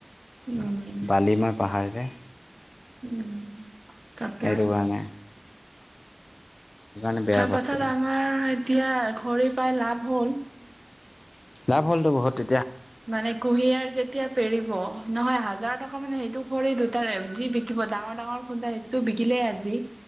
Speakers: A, on the right (about 45°); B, on the left (about 75°).
A: উম,
B: বালিময় পাহাৰ যে।
A: উম'। তাকে।
B: সেইটো কাৰণে। কাৰণে বেয়া
A: তাৰ
B: বস্তু
A: পাছত আমাৰ এতিয়া ঘড়ী পাই লাভ হ'ল।
B: লাভ হ'লটো বহুতে
A: মানে কুঁহিয়াৰ যেতিয়া পেৰিব নহয়। হাজাৰ টকা মানে সেইটো খৰি দুটাৰ যি বিকিব ডাঙৰ ডাঙৰ খুন্দা সেইটোতো বিকিলেই আজি